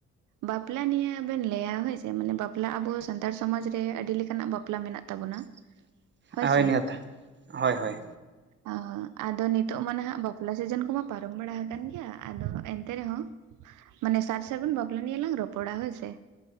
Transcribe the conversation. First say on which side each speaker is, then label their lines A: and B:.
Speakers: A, on the right (about 80°); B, on the right (about 35°).
A: ᱵᱟᱯᱞᱟ ᱱᱤᱭᱟᱹ ᱵᱮᱱ ᱞᱟᱹᱭᱟ ᱦᱳᱭᱥᱮ ᱢᱟᱱᱮ ᱵᱟᱯᱞᱟ ᱟᱵᱚ ᱥᱟᱱᱛᱟᱲ ᱥᱚᱢᱟᱡᱽ ᱨᱮ ᱟᱹᱰᱤ ᱞᱮᱠᱟᱱᱟᱜ ᱵᱟᱯ ᱯᱞᱟ ᱢᱮᱱᱟᱜ ᱛᱟᱵᱚᱱᱟ᱾
B: <inaudible>
A: ᱦᱳᱭ ᱥᱮ
B: ᱱᱤᱦᱟᱹᱛ ᱦᱳᱭ ᱦᱳᱭ
A: ᱟ ᱟᱫᱚ ᱱᱤᱛ ᱛᱚᱜ ᱢᱟ ᱱᱟᱦᱟᱸᱜ ᱵᱟᱯᱞᱟ ᱥᱤᱡᱤᱱ ᱠᱚᱢᱟ ᱯᱟᱨᱚᱢ ᱵᱟᱲᱟ ᱦᱟᱠᱟᱱ ᱜᱮᱭᱟ ᱟᱫᱚ ᱮᱱᱛᱮ ᱨᱮᱦᱚᱸ ᱢᱟᱱᱮ ᱥᱟᱨ ᱥᱟᱹᱜᱩᱱ ᱯᱟᱞᱟ ᱱᱳᱭᱟᱹᱞᱟᱝ ᱨᱚᱯᱚᱲᱟ ᱦᱳᱭ ᱥᱮ᱾